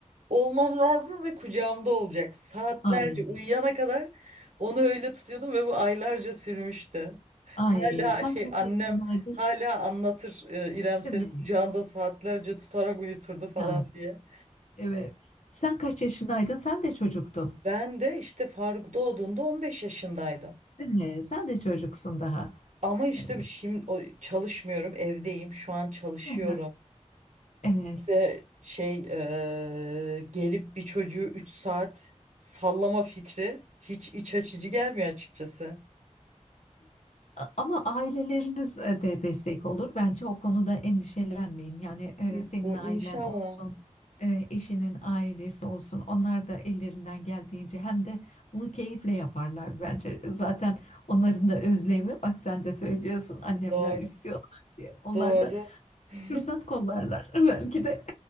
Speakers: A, on the right; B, on the left.
A: olmam lazım ve kucağımda olacak. Saatlerce
B: Ay.
A: uyuyana kadar onu öyle tutuyordum ve bu aylarca sürmüştü.
B: Ay.
A: Hala
B: Sanki
A: şey annem
B: hep günaydın,
A: hala anlatır e, İrem seni
B: değil mi?
A: kucağında saatlerce tutarak uyuturdu falan
B: Ya.
A: diye.
B: Evet. Sen kaç yaşındaydın? Sen de çocuktun,
A: Ben de işte Faruk doğduğunda 15 yaşındaydım.
B: değil mi? Sen de çocuksun daha.
A: Ama işte
B: Evet.
A: şimdi o- çalışmıyorum, evdeyim. Şu an çalışıyorum.
B: Aha. Evet.
A: Bir de şey eee, gelip bir çocuğu 3 saat sallama fikri hiç iç açıcı gelmiyor açıkçası.
B: A- Ama aileleriniz e, de destek olur. Bence o konuda endişelenmeyin. Yani e,
A: İ-
B: senin
A: Bu
B: ailen
A: inşallah.
B: olsun, e, eşinin ailesi olsun. Onlar da ellerinden geldiğince hem de bunu keyifle yaparlar bence. Zaten onların da özlemi, bak sen de söylüyorsun annemler
A: Doğru,
B: istiyorlar diye. Onlar
A: doğru.
B: da
A: <laughs>
B: fırsat kollarlar. Belki de